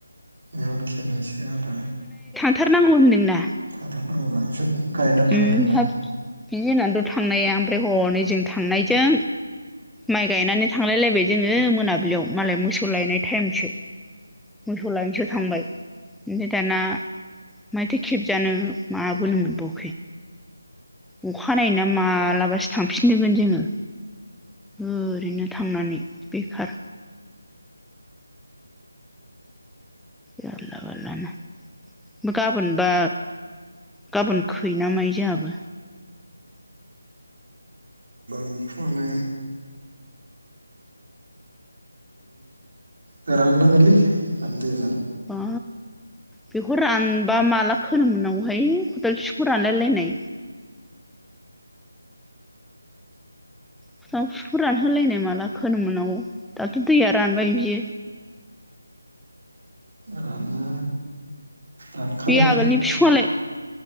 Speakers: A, on the right (about 50°); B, in the centre.
A: मेगनखे दोननोसै आदा।
B: थार नांगौ होनदोंना।
A: थांथार नांगौ होना सोर गायनानै
B: उम
A: थांदों ना।
B: हाब बिनि होननानैथ' थांनाया ओमफ्राय हनै जों थांनायजों माइ गायनानै थांलाय लायलाबाय जोङो मोनाबिलियाव मालाय मोसौ लायनाय टाइमसो मोसौ लायनोसो थांबाय ओमफ्राय दाना माथो खेब जानो माबोनो मोनबाव अखानायना मालाबासो थांफिनगोन जोङो ओरैनो थांनानै बेखार। जारला बारला नो गाबोनबा गाबोन खै न मायो जोंहाबो।
A: बेखौ आंनो फोरान नांगोनलै दै
B: बा बेखौ रानबा माला खोनोमोननांगौहाय खदाल बिफखौ रानलायलायनाय। बिफौखौ रानहोलायनाय माला खोनोम मोनांगौ दाथ' दैया रानबाय बियो
A: रानना रानखानायलै
B: बे आगोलनि फिफांलाय